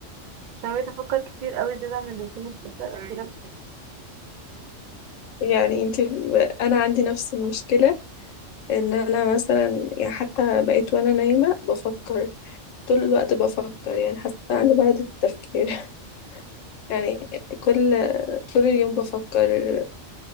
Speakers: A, on the right; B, on the left.
A: عشان بقيت افكر كتير قوي زيادة عن اللزوم الفترة الأخيرة
B: يعني انت ب... انا عندي نفس المشكله ان انا مثلا يعني حتى بقيت وانا نايمه بفكر طول الوقت بفكر يعني حتى عندي مرض التفكير <laughs> يعني كل طول اليوم بفكر